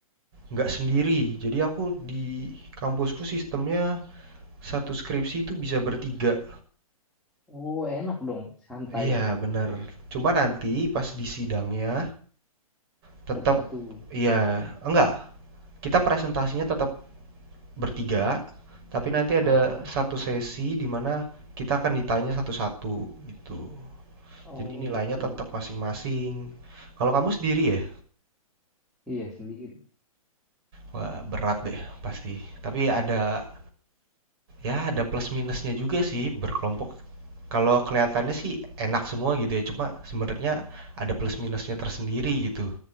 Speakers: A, on the right; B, in the centre.
A: nggak sendiri. Jadi aku di kampusku sistemnya satu skripsi itu bisa bertiga.
B: oh enak dong, santai
A: Iya,
B: ya,
A: bener. Cuma nanti pas di sidangnya Tetap
B: satu-satu.
A: iya, enggak, kita presentasinya tetap bertiga, tapi nanti ada
B: Ah, ah.
A: satu sesi di mana kita akan ditanya satu-satu gitu.
B: oh
A: Jadi nilainya
B: gitu.
A: tetap masing-masing. Kalau kamu sendiri ya?
B: Iya sendiri.
A: Wah, berat deh pasti. Tapi ada ya ada plus minusnya juga sih berkelompok. Kalau kelihatannya sih enak semua gitu ya, cuma sebenarnya ada plus minusnya tersendiri gitu.